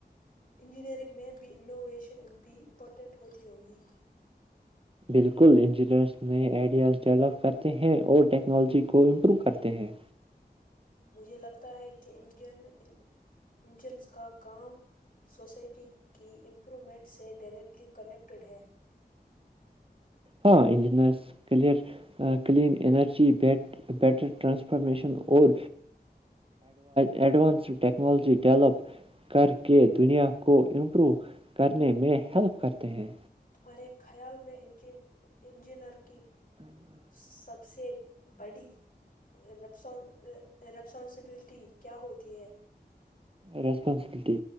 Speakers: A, on the left; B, on the right.
A: انجینئرنگ میں بھی انوویشن بھی امپورٹنٹ ہوتی ہوگی
B: بالکل انجینئرز نئے آئیڈیاز ڈیولپ کرتے ہیں اور ٹیکنالوجی کو امپروو کرتے ہیں
A: مجھے لگتا ہے کہ انجن انجنس کا کام سوسائٹی کی امپرومنٹ سے ڈائریکٹلی کنیکٹیڈ ہے
B: ہاں انجینئرس کلیئ کلین انرجی بیٹر ٹرانسفارمیشن اور ایڈوانس ٹیکنالوجی ڈیولپ کر کے دنیا کو امپرو کرنے میں ہیلپ کرتے ہیں
A: میرے خیال میں ان انجینئر کی
B: ہاں
A: سب سے بڑی ریسپانسبلٹی کیا ہوتی ہے
B: ریسپانسبلٹی